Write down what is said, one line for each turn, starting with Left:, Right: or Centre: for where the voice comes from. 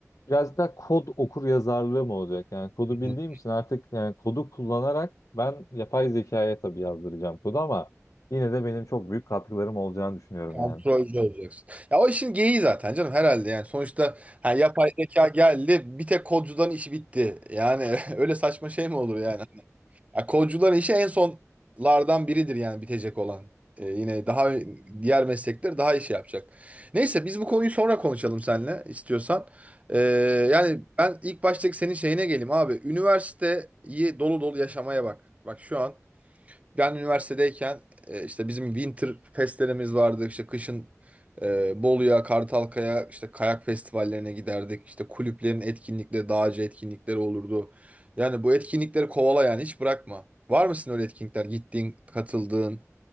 Left: biraz da kod okur yazarlığı mı olacak? Yani kodu
Right: hı.
Left: bildiğim için artık yani kodu kullanarak ben yapay zekaya tabii yazdıracağım kodu ama yine de benim çok büyük katkılarım olacağını düşünüyorum
Right: Kontrolcü
Left: yani.
Right: olacaksın. Ya o işin geyiği zaten canım herhalde yani. Sonuçta ha, yapay zeka geldi bir tek kodcuların işi bitti. Yani <laughs> öyle saçma şey mi olur yani? Ya kolcuların işi en sonlardan biridir yani bitecek olan. Ee, yine daha diğer meslekler daha işi yapacak. Neyse biz bu konuyu sonra konuşalım seninle istiyorsan. Ee, yani ben ilk baştaki senin şeyine geleyim abi. Üniversiteyi dolu dolu yaşamaya bak. Bak şu an ben üniversitedeyken e, işte bizim winter festlerimiz vardı. İşte kışın e, Bolu'ya, Kartalkaya, işte kayak festivallerine giderdik. İşte kulüplerin etkinlikleri, dağcı etkinlikleri olurdu. Yani bu etkinlikleri kovala yani hiç bırakma. Var mısın öyle etkinlikler? Gittiğin, katıldığın